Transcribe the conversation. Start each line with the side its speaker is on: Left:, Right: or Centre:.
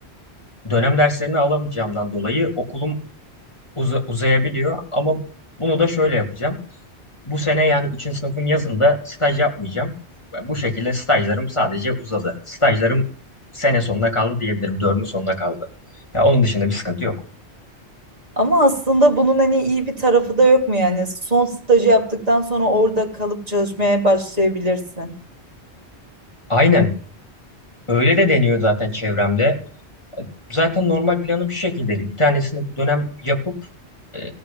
Left: dönem derslerini alamayacağımdan dolayı okulum uza- uzayabiliyor. Ama bunu da şöyle yapacağım. Bu sene yani üçüncü sınıfın yazında staj yapmayacağım. Ve Bu şekilde stajlarım sadece uzadı. Stajlarım sene sonuna kaldı diyebilirim. Dördüncü sonuna kaldı. Ya onun dışında bir sıkıntı yok.
Right: Ama aslında bunun hani iyi bir tarafı da yok mu yani? Son stajı yaptıktan sonra orada kalıp çalışmaya başlayabilirsin.
Left: Aynen. Öyle de deniyor zaten çevremde. Zaten normal planım şu şekildeydi. Bir tanesini bu dönem yapıp e,